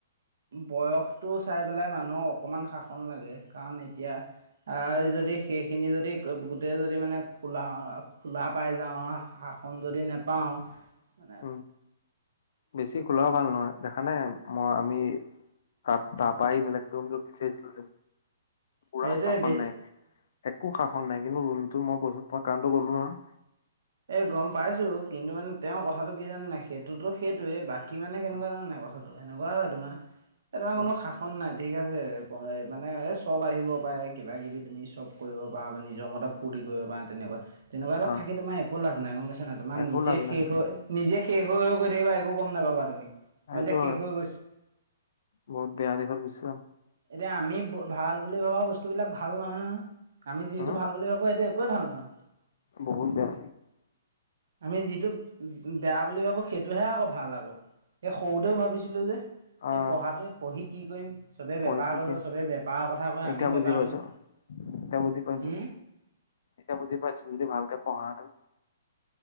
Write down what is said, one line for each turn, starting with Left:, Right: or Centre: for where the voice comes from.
Right: বয়সটো চাই পেলাই মানুহক অকণমান শাসন লাগে কাৰণ এ। তিয়া আ যদি। সেইখিনি যদি গোটেই যদি মানে খোলা খোলা পাই যাওঁ শাক। খন যদি নোপাওঁ মানে।
Left: উম বেছি খোলাও ভাল নহয় দেখা নাই মই আমি। তা তাৰাপ বগ তম পিচাৰছিলো পুৰা
Right: সেইটোৱে
Left: শাসন নাই। একো শাসন নাই কিন্তু ৰুলতো মই কৈছো ত মই কাৰণো কলো নহয়।
Right: এ গম পাইছো কিন্তু মানে তেওঁৰ কথাটো কি জানো নাই সেইটোতো সেইটোয়ে বাকী মানে কেনেকুৱা
Left: উম
Right: জানে নাই ক। থা টো এনেকুৱা হয় তোমাৰ
Left: উম
Right: কোনো শাসন নাই ঠিক আছে মানে এই চব আহিব পাৰে কিবাকিবি তুমিন চব। কৰিব পাৰ বা নিজৰ মতে ফূৰ্তি কৰিব পাৰা তেনেকুৱা তেনেকুৱা এতাত
Left: অ
Right: থাকি তোমাৰ একো লাভ নাই গম পাইছা নাই তোমাৰ
Left: একো
Right: নিজে
Left: লাভ নাই
Right: শেষ হৈ নিজে। শেষ হৈ গৈ থাকিবা একো গম নাপাব তুমি। মই
Left: এইটো
Right: যে শেষ হৈ গৈছো
Left: বহুত বেয়া দেখা গুচছা।
Right: এতিয়া আমি ভাল বুলি ভবা বস্তুবিলাক ভাল নহয় নহয়। আমি যিটো
Left: উম
Right: ভাল বুলি ভাবো সেইটো একোৱেই ভাল নহয়।
Left: বহুত বেয়া।
Right: আমি যিটো বেয়া বুলি ভাবো সেইটোহে আকৌ ভাল আকৌ এ সৰুতেও ভাবিছিলো যে।
Left: আহ
Right: সে পঢ়াটোৱে পঢ়ি কি কৰিম। চবে
Left: পঢ়ি
Right: বেপাৰ
Left: কি
Right: কৰিব
Left: কৰিম
Right: চবে বেপাৰৰ কথা কয়
Left: এতিয়া
Right: আমিও
Left: বুজি
Right: বেপাৰ
Left: পাইছো
Right: কৰিম
Left: এতিয়া বুজি পাইছো
Right: হুম।
Left: এতিয়া বুজি পাইছ যদি ভালকে পঢ়া হেঁতেন।